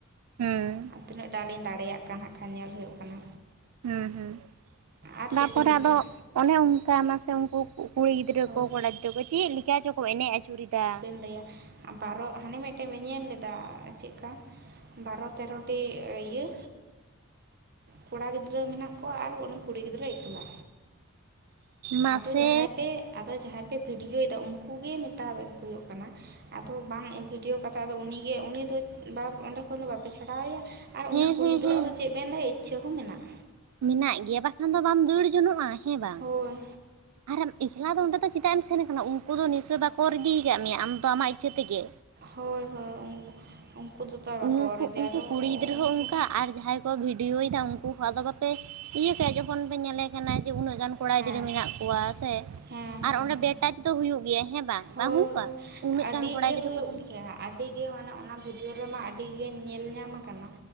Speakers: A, on the right; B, on the right.
A: ᱦᱩᱸ,
B: ᱟᱨ ᱛᱤᱱᱟᱹᱜ ᱴᱟᱜ ᱞᱤᱧ ᱫᱟᱲᱮᱭᱟᱜ ᱠᱟᱱ ᱦᱟᱸᱜ ᱠᱷᱟᱱ ᱧᱮᱞ ᱦᱩᱭᱩᱜ ᱠᱟᱱᱟ᱾
A: ᱦᱩᱸ ᱦᱩᱸ,
B: ᱟᱨ
A: ᱛᱟᱯᱚᱨᱮ
B: ᱪᱮᱫ ᱠᱚ ᱦᱩᱭᱩᱜ
A: ᱟᱫᱚ
B: ᱜᱮᱭᱟ
A: ᱚᱱᱮ ᱚᱱᱠᱟ ᱢᱟᱥᱮ ᱩᱱᱠᱩ ᱠᱩᱲᱤ ᱜᱤᱫᱽᱨᱟᱹ
B: ᱦᱳᱭ
A: ᱠᱚ ᱠᱚᱲᱟ ᱜᱤᱫᱽᱨᱟᱹ ᱠᱚ ᱪᱮᱫ ᱞᱮᱠᱟ ᱪᱚ ᱠᱚ ᱮᱱᱮᱡ ᱟᱹᱪᱩ ᱨᱮᱫᱟ᱾
B: ᱞᱮᱭᱟ᱾ ᱵᱟᱨᱚ ᱦᱟᱱᱮ ᱢᱤᱫᱴᱮᱱ ᱵᱤ ᱧᱮᱞ ᱞᱮᱫᱟ ᱪᱮᱫᱠᱟ? ᱵᱟᱨᱚ ᱛᱮᱨᱚᱴᱤ ᱤᱭᱟᱹ, ᱠᱚᱲᱟ ᱜᱤᱫᱽᱨᱟᱹ ᱢᱮᱱᱟᱜ ᱠᱚᱣᱟ ᱟᱨ ᱩᱱᱤ ᱠᱩᱲᱤ ᱜᱤᱫᱽᱨᱟᱹ ᱮᱠᱞᱟ᱾
A: ᱢᱟᱥᱮ
B: ᱟᱫᱚ ᱡᱟᱦᱟᱸᱭ ᱯᱮ᱾ ᱟᱫᱚ ᱡᱟᱦᱟᱸᱭ ᱯᱮ ᱵᱷᱤᱰᱤᱭᱳᱭ ᱮᱫᱟ ᱩᱱᱠᱩ ᱜᱮ ᱢᱮᱛᱟ ᱦᱩᱭᱩᱜ ᱠᱟᱱᱟ᱾ ᱟᱫᱚ ᱵᱟᱝ ᱵᱷᱤᱰᱤᱭᱳ ᱠᱟᱛᱮ ᱟᱫᱚ ᱩᱱᱤᱜᱮ ᱩᱱᱤ ᱫᱚ ᱚᱸᱰᱮ ᱠᱷᱚᱱ ᱫᱚ ᱵᱟᱯᱮ ᱪᱷᱟᱰᱟᱣ ᱮᱭᱟ᱾ ᱟᱨ
A: ᱦᱮᱸ
B: ᱩᱱᱤ ᱠᱩᱲᱤ
A: ᱦᱮᱸ
B: ᱜᱤᱫᱽᱨᱟᱹ
A: ᱦᱮᱸ
B: ᱦᱚᱸ ᱪᱮᱫ ᱵᱮᱱ ᱞᱟᱹᱭ ᱤᱪᱪᱷᱟᱹ ᱦᱚᱸ ᱢᱮᱱᱟᱜ᱾
A: ᱢᱮᱱᱟᱜ ᱜᱮᱭᱟ ᱵᱟᱠᱷᱟᱱ ᱫᱚ ᱵᱟᱢ ᱫᱟᱹᱲ ᱡᱚᱱᱚᱜᱼᱟ ᱦᱮᱸ ᱵᱟᱝ?
B: ᱦᱳᱭ᱾
A: ᱟᱨᱮᱢ ᱮᱠᱞᱟ ᱫᱚ ᱚᱸᱰᱮ ᱫᱚ ᱪᱮᱫᱟᱜ ᱮᱢ ᱥᱮᱱ ᱟᱠᱟᱱᱟ ᱩᱱᱠᱩ ᱫᱚ ᱱᱤᱥᱪᱳᱭ ᱵᱟᱠᱚ ᱨᱤᱫᱤᱠᱟᱜ ᱢᱮᱭᱟ ᱟᱢᱫᱚ ᱟᱢᱟᱜ ᱤᱪᱪᱷᱟᱹ ᱛᱮᱜᱮ᱾
B: ᱦᱳᱭ ᱦᱳᱭ ᱩᱱᱠᱩ ᱫᱚ ᱛᱟᱭ ᱵᱟᱠᱚ
A: ᱩᱱᱠᱩ
B: ᱚᱨ ᱤᱫᱮᱭᱟ
A: ᱩᱱᱠᱩ
B: ᱟᱫᱚ
A: ᱠᱩᱲᱤ ᱜᱤᱫᱽᱨᱟᱹ
B: ᱩᱱᱠᱩ,
A: ᱦᱚᱸ ᱚᱱᱠᱟ ᱟᱨ ᱡᱟᱦᱟᱸᱭ ᱠᱚ ᱵᱷᱤᱰᱤᱭᱳᱭ ᱮᱫᱟ ᱩᱱᱠᱩ ᱦᱚᱸ ᱟᱫᱚ ᱵᱟᱯᱮ ᱤᱭᱟᱹ ᱠᱟᱭᱟ ᱡᱚᱠᱷᱚᱱ ᱯᱮ ᱧᱮᱞᱮ ᱠᱟᱱᱟ ᱡᱮ ᱩᱱᱟᱹᱜ ᱜᱟᱱ ᱠᱚᱲᱟ
B: ᱦᱮᱸ
A: ᱜᱤᱫᱽᱨᱟᱹ ᱢᱮᱱᱟᱜ ᱠᱚᱣᱟ ᱥᱮ
B: ᱦᱮᱸ ᱦᱮᱸ
A: ᱟᱨ ᱚᱸᱰᱮ
B: ᱦᱮᱸ
A: ᱵᱮᱴᱟᱪ ᱫᱚ ᱦᱩᱭᱩᱜ ᱜᱮᱭᱟ ᱦᱮᱸ ᱵᱟᱝ? ᱵᱟᱝ
B: ᱦᱳᱭ
A: ᱦᱩᱭᱩᱜᱼᱟ
B: ᱦᱳᱭ,
A: ᱩᱱᱟᱹᱜ
B: ᱟᱹᱰᱤ
A: ᱜᱟᱱ ᱠᱚᱲᱟ
B: ᱜᱮ
A: ᱜᱤᱫᱽᱨᱟᱹ
B: ᱦᱩᱭᱩᱜ
A: ᱠᱚ ᱛᱟᱦᱮᱸ
B: ᱜᱮᱭᱟ᱾ ᱟᱹᱰᱤ ᱜᱮ ᱢᱟᱱᱮ ᱚᱱᱟ ᱵᱷᱤᱰᱤᱭᱳ ᱨᱮᱢᱟ ᱟᱹᱰᱤ ᱜᱮ ᱧᱮᱞ ᱧᱟᱢ ᱠᱟᱱᱟ᱾